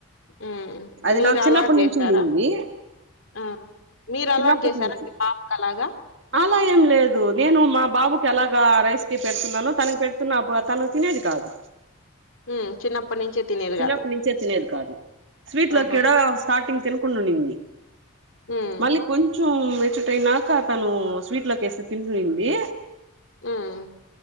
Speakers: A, on the left; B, on the right.
A: హ్మ్
B: అది
A: మీరు
B: నాకు చిన్నప్పటి
A: అలవాటు జేసారా?
B: నుంచి ఉండింది
A: ఆ మీరు
B: చిన్నప్పటి
A: అలవాటు జేసారా
B: నుంచి
A: మీ పాపకు అలాగా?
B: అలా ఏం లేదు నేను మా బాబు తెలా రైస్ కి పెడుతున్నాను తన పెడుతున్నాప్పుడు తను తినేది కాదు
A: హ్మ్ చిన్నప్పటి నుంచే తినేది
B: చిన్నప్ప
A: గాదు.
B: నుంచే తినేది కాదు స్వీట్ లో
A: ఆహా!
B: ఏదో స్టార్టింగ్ తినకుండా ఉండింది
A: హ్మ్
B: మళ్ళీ కొంచెం మెచ్చుట్ అయినాక తను స్వీట్ లోకి వేస్తే తింటున్నది
A: హమ్